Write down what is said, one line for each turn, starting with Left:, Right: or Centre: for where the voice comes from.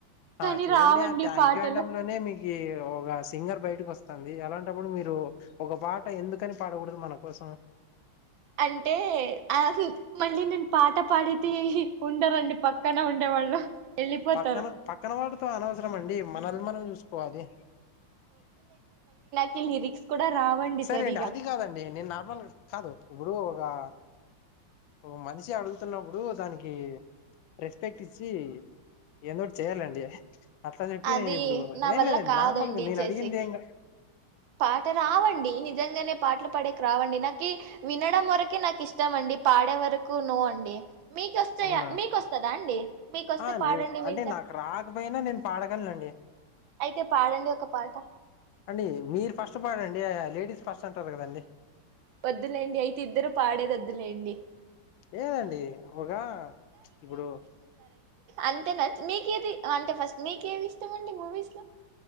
Right: కానీ
Left: ఆ చూడండి
Right: రావండి
Left: ఆ థ్యాంక్
Right: పాటలు
Left: యూ అడంలోనే మీ ఏ ఒక సింగర్ బయటకి వస్తంది అలాంటప్పుడు మీరు ఒక పాట ఎందుకని పాడకూడదు మన కోసం
Right: అంటే ఆదసాలు మళ్ళీ నేను పాట పాడితే ఉండరండి పక్కన ఉండేవాళ్ళు వెళ్ళిపోతారు
Left: పక్కన పక్కన వాడు తో అనవసరం అండి మనల్ని మనం చూసుకోవాలి
Right: ఈ లిరిక్స్ కూడా రావండి
Left: సరే
Right: సరిగా
Left: అండి అది కాదండి నేను నార్మల్ కాదు ఇబుడు ఒగా ఓ మనిషి అడుగుతున్నప్పుడు దానికి రెస్పెక్ట్ ఇచ్చి ఏందోటి చేయాలండి అట్లా చెప్పి
Right: అది
Left: నేను ఇప్పుడు
Right: నా
Left: ఏం
Right: వల్ల
Left: లేదండి
Right: కాదండి
Left: నార్మల్గా నేను
Right: చేసేకి
Left: అడిగింది ఏంకా
Right: పాట రావండి నిజంగానే పాటలు పాడేకి రావండి నాకి వినడం వరకే నాకు ఇష్టం అండి పాడే వరకు నో అండి మీక వస్తేయా
Left: అవునా
Right: మీకొస్తుందా అండి మీకొస్తే
Left: ఆ
Right: పాడండి
Left: నే
Right: వింట
Left: అంటే నాకు రాకపోయినా నేను పాడగలనండి
Right: అయితే పాడండి ఒక పాట
Left: అండి మీరు ఫస్ట్ పాడండి లేడీస్ ఫస్ట్ అంటారు కదండి
Right: వద్దులేండి అయితే ఇద్దరు పాడేది వద్దలేండి
Left: ఏదండి ఒక ఇప్పుడు
Right: అంతే నచ్చ మీకేది అంటే ఫస్ట్ మీకేది ఇష్టం అండి మూవీస్ లో